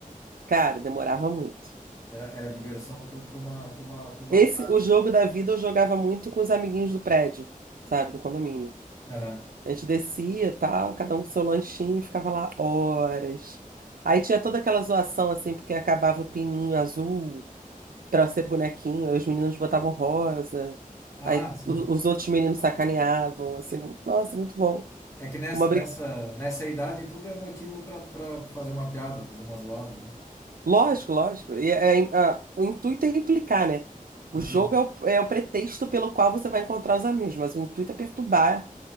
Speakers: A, on the right; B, on the left.
A: Cara, demorava muito.
B: era, era diversão pra pra uma, pra uma, pra uma...
A: Esse, o jogo da vida eu jogava muito com os amiguinhos do prédio, sabe, do condomínio.
B: Aham.
A: A gente descia, e tal, cada um com seu lanchinho, e ficava lá horas. Aí tinha toda aquela zoação assim, porque acabava o pininho azul pra ser bonequinho, aí os meninos botavam rosa.
B: Ah,
A: Aí
B: sim.
A: o- os outros meninos sacaneavam, assim, nossa, muito bom.
B: É que nessa,
A: Uma
B: nessa, nessa idade tudo é motivo pra pra fazer uma piada, fazer uma zoada, né?
A: Lógico, lógico. E é, é- a- o intuito é implicar, né? O
B: Uhum.
A: jogo é o, é o pretexto pelo qual você vai encontrar os amigos, mas o intuito é perturbar